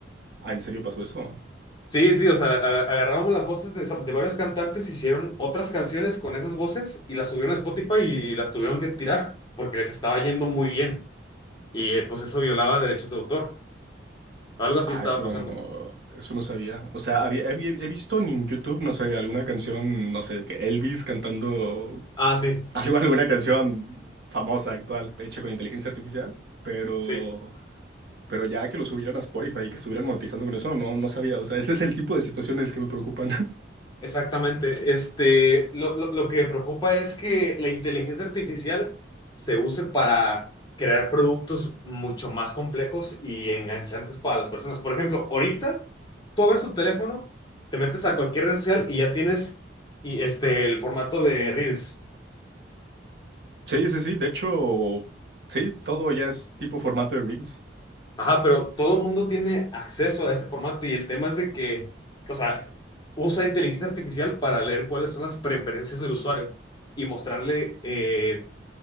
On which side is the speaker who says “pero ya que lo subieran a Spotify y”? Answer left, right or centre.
Right